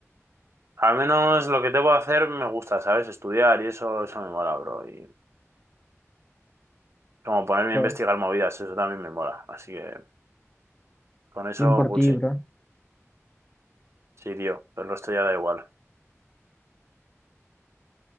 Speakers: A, on the right (about 60°); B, on the left (about 15°).
A: Al menos lo que tengo que hacer me gusta, ¿sabes? Estudiar y eso, eso me mola, bro. Y como ponerme
B: joder.
A: a investigar movidas, eso también me mola. Así que con eso,
B: Bien por
A: Gucci.
B: ti, bro.
A: Sí, tío. Pero esto ya da igual.